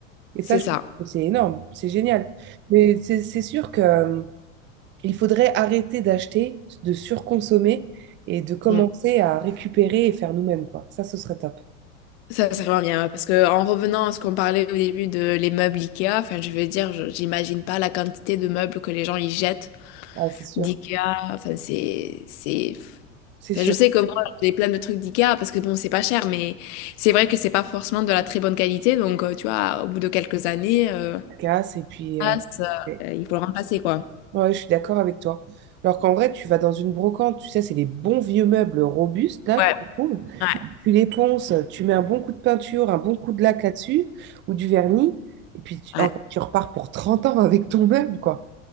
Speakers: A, on the right (about 30°); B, on the left (about 60°).
A: Et
B: c'est
A: ça, je
B: ça.
A: trouve que c'est énorme. C'est génial. Mais c'est c'est sûr que. il faudrait arrêter d'acheter, de surconsommer et de commencer
B: Mm.
A: à récupérer et faire nous-mêmes, quoi. Ça, ce serait top.
B: Ça, c'est vraiment bien. ouais, Parce que en revenant à ce qu'on parlait au début de les meubles Ikea, enfin, je veux dire, je- j'imagine pas la quantité de meubles que les gens y jettent
A: Ah, c'est sûr.
B: d'Ikea. Enfin, c'est c'est
A: C'est
B: Enfin,
A: sûr.
B: je sais que moi, j'ai plein de trucs d'IKEA parce que bon, c'est pas cher, mais c'est vrai que c'est pas forcément de la très bonne qualité. Donc, euh, tu vois, au bout de quelques années, euh,
A: Ça Casse et puis...
B: ah,
A: euh,
B: ça,
A: ouais,
B: euh, il faut le remplacer, quoi.
A: Ouais, je suis d'accord avec toi. Alors qu'en vrai, tu vas dans une brocante, tu sais, c'est les bons vieux meubles robustes, là,
B: Ouais,
A: que tu trouves.
B: ouais,
A: Tu les ponces, tu mets un bon coup de peinture, un bon coup de laque là-dessus, ou du vernis, et puis, tu-
B: ouais.
A: en fait, tu repars pour 30 ans avec ton meuble, quoi.